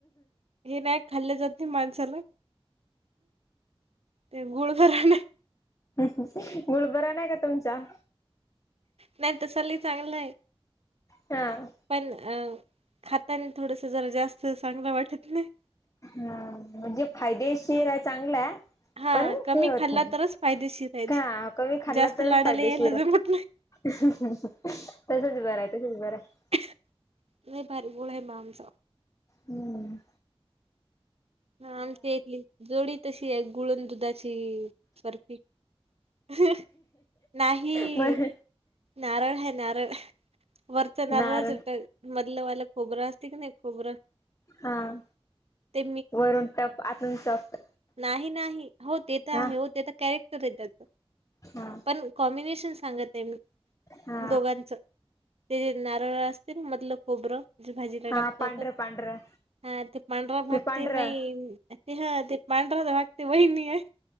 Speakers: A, on the right (about 80°); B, on the left (about 30°).
A: हे नाहीं खांल्ले जांते माणसालां ते गुंळ बरां नाहीं.
B: गुंळ बरां नाहीं कां तुमचां.
A: नाहीं तसं लंय चांगलायं.
B: हां
A: पणं अ खांतानां थोडंसं जरां जास्तं चांगलं वाटतं नाहीं.
B: हां म्हणंजे फायदेशीर आहे चांगलंय.
A: हा
B: पणं
A: कमी
B: हे होतं
A: खाल्ला
B: नाहीं.
A: तरच फायदेशीर आहे
B: कां
A: ते
B: कमी खांल्ला
A: जास्त
B: तरचं
A: लाडाला
B: फायदेशीर
A: यायला
B: आहे.
A: जमत नाही
B: तसचं बरं आहे तसचं बरं आहे.
A: नाहीं लंय भांरी गुंळ आहे आमचां.
B: हम्मं
A: हं आमची एक जोडी तशी आहे गुंळन दुधांची बर्फी. हं नाहीं
B: मग
A: नांरळ आहे नांरळ. वरचं नारळाचं
B: नारळ
A: येतं मधलं वालं खोबरं असतें की नाहीं खोबरं.
B: हां
A: ते
B: वरूंन टंफ आतूंन सॉफ्ट.
A: नाहीं, नाहीं हो ते तरं आहे
B: हा
A: हो. ते तरं कॅरेक्टंर आहे त्याचं.
B: हा
A: पणं कॉम्बिनेशनं सांगतं आहे मी.
B: हा
A: दोघांचं ते नांरळ असतें नां मधलं खोबरं. भाजीलां
B: हा
A: टाकतो
B: पांढरं
A: आपणं
B: पांढरं
A: हां ते पांढरा भागंते
B: ते पांढरं
A: बाई ते हं ते. भाऊलां वाटतें वहिनी आहे